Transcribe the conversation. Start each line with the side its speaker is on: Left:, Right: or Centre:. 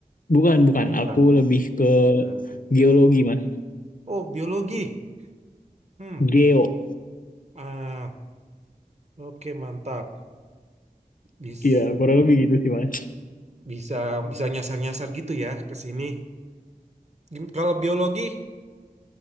Left: bukan bukan. Aku
Right: kan
Left: lebih ke
Right: Eh,
Left: geologi mas,
Right: oh biologi hmm
Left: geo.
Right: ah oke mantap Bis-
Left: Iya, kurang lebih gitu sih mas.
Right: bisa bisa nyasar-nyasar gitu ya ke sini Gim- kalau biologi